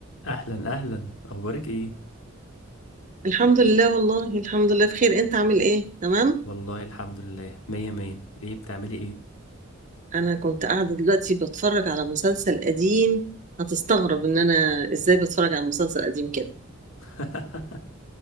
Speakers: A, on the left; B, on the right.
A: اهلا اهلا اخبارك ايه
B: الحمد لله والله الحمد لله بخير انت عامل ايه تمام
A: والله الحمد لله مية مية ايه بتعملي ايه
B: انا كنت قاعده دلوقتي بتفرج على مسلسل قديم هتستغرب ان انا ازاي بتفرج على مسلسل قديم كده
A: <laughs>